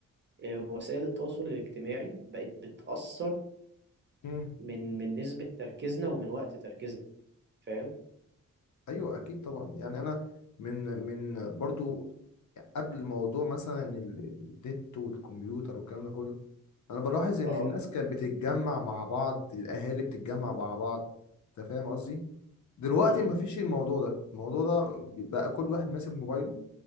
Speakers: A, on the right; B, on the left.
A: آه، وسائل التواصل الاجتماعي بقت بتأثر
B: مم.
A: من من نسبة تركيزنا ومن وقت تركيزنا فاهم
B: أيوه أكيد طبعا يعني أنا من من برضو قبل موضوع مثلا ال- النت والكمبيوتر والكلام ده كله انا بلاحظ ان
A: اه
B: الناس كانت بتتجمع مع بعض الاهالي بتتجمع مع بعض انت فاهم قصدي دلوقتي
A: امم
B: مفيش الموضوع ده الموضوع ده بقى كل واحد ماسك موبايله